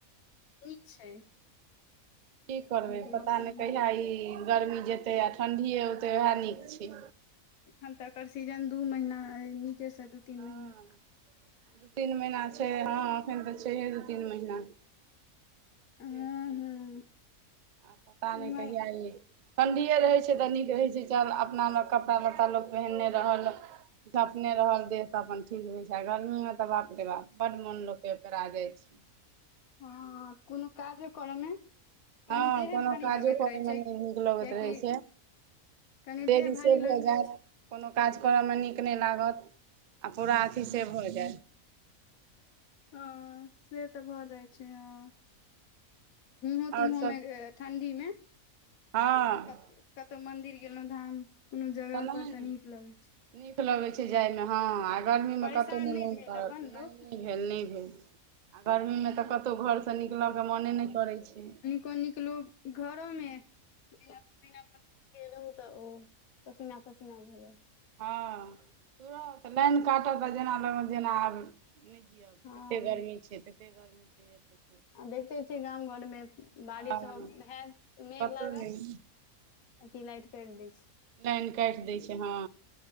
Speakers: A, on the left (about 75°); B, on the right (about 80°).
A: नीक छै
B: की करबै
A: आइ के
B: पता
A: मौसम
B: नहि कहिया ई गर्मी जेतै आ ठण्डीए औतै उएह नीक छै
A: एखन तऽ एकर सीजन दू महीना अइ नीके सँ
B: हँ
A: दू तीन महीना
B: दू तीन महिीना छै हँ एखन तऽ छैहे दू तीन महीना सेे
A: हँ
B: छै
A: हँ
B: आब पता नय
A: इम्हर
B: कहिया ठणडीए रहै छै तऽ नीक रहै छै चल अपनाना मे कपड़ा लत्ता लोग पहिनने रहल झपने रहल देह तऽ अपन ठीक रहय छै गर्मी मे तऽ बाप रे बाप बड मोन लोक पेरा जाइ छै
A: हँ कोनो काजे कर मे
B: हँ
A: कनि देहे
B: कोनो
A: भारी
B: काजो
A: लगैत
B: करय
A: रहै
B: मे
A: छै
B: नय नीक लगैत
A: कियाकि
B: रहै छै
A: कनि
B: देरी
A: देह भारी
B: से
A: लगैत
B: हो
A: रहै
B: जा <unintelligible>
A: छै
B: कोनो काज कर मे नीक नय लागत आ पूरा अथी से भ जाय
A: ह से त भ जाय छै हा <unintelligible>
B: आओर
A: तुमहो
B: सब
A: मे ठण्डी मे
B: हँ
A: क कतहु मंदिर गेलहुँ धाम कोनो जगह
B: तऽ नहि
A: पर त नीक लगे छै
B: नीक लगैत छै जायमे हँ आ गर्मीमे
A: परेशान
B: कतहु नय
A: नहि
B: मोन
A: भेल
B: करत
A: अपन
B: नय
A: लोक
B: भेल नय भेल आ गर्मीमे त कतहु घरसँ निकलय के मोने नय करा छै
A: कनिक लोग घरो मे बिना बिना पंखा के रहहु त ओ पसीना पसीना भऽ जाए
B: हँ तुरत लाइन काटत आ जेना लग जेना आब नय जियब
A: हँ
B: तते गर्मी छै तते गर्मी छै जे पुछ
A: आ देखते छीयै गाम घरमे बारिश
B: हँ
A: हयत मेघ
B: कतहु
A: लागत
B: नहि
A: आ लाइट कटि दै छै
B: लाइन काटि दै छै हँ